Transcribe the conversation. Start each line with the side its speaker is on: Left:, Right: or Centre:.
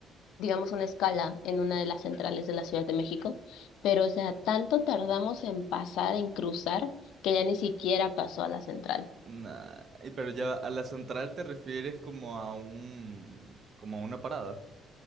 Left: digamos, una escala en una de las centrales de la Ciudad de México, pero o sea, tanto tardamos en pasar, en cruzar, que ya ni siquiera pasó a la central.
Right: Nah, y pero ya a la central te refieres como a un, como a una parada.